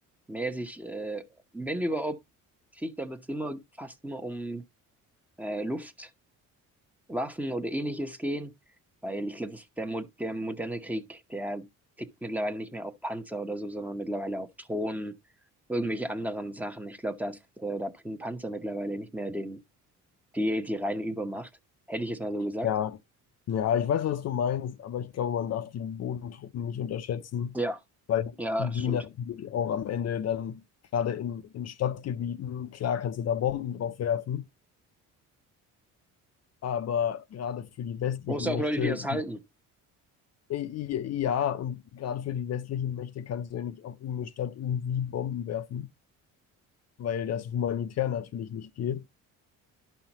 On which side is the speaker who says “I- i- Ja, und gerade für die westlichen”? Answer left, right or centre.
Left